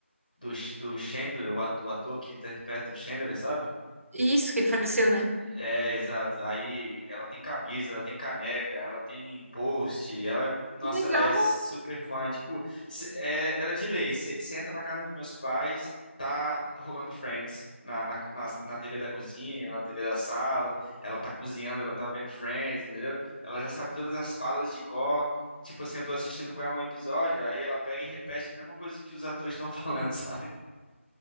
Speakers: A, on the left; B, on the right.
A: do, do Chandler, o ato- o ator que interpreta o Chandler, sabe?
B: Isso, que ele faleceu, né?
A: É, exato. Aí ela tem camisa, ela tem caneca, ela tem post, ela, é- nossa,
B: Que legal!
A: ela é super fã. Tipo, cê- é, era de lei. Você entra na casa dos meus pais, tá rolando Friends na, na, co- na, na TV da cozinha, na TV da sala. Ela tá cozinhando, ela tá vendo Friends, entendeu? Ela já sabe todas as falas de cor. Tipo assim, eu tô assistindo com ela um episódio, aí ela pega e repete a mesma coisa que os atores estão falando, <laughs> sabe?